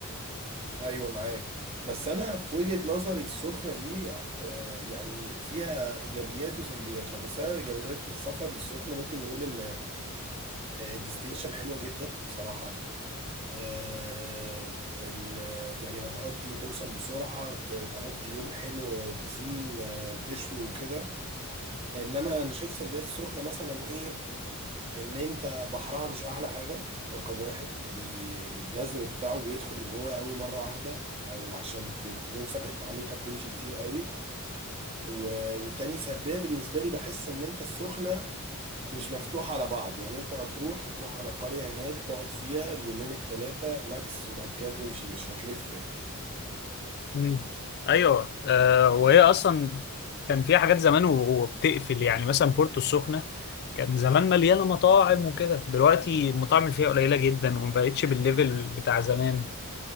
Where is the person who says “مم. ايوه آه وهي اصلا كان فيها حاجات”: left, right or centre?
Left